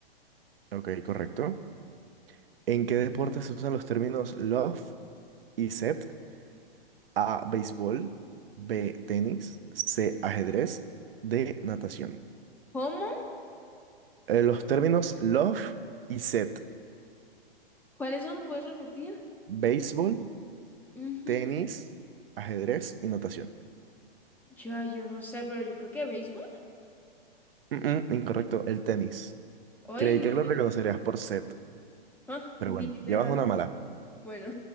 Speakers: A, on the right; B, in the centre.
A: Ok, correcto. ¿En qué deporte se usan los términos love y set? A, béisbol, B, tenis, C, ajedrez, D, natación.
B: ¿Cómo?
A: Eh, los términos love y set,
B: ¿Cuáles son? ¿Puedes repetir?
A: béisbol,
B: Ujú.
A: tenis, ajedrez y natación.
B: Ya, yo no sé, pero yo creo que béisbol.
A: Mm, mm, incorrecto, el tenis.
B: Hoy
A: Creí
B: no.
A: que lo reconocerías por set,
B: Ah,
A: pero
B: ni
A: bueno, llevas
B: idea.
A: una mala.
B: Bueno,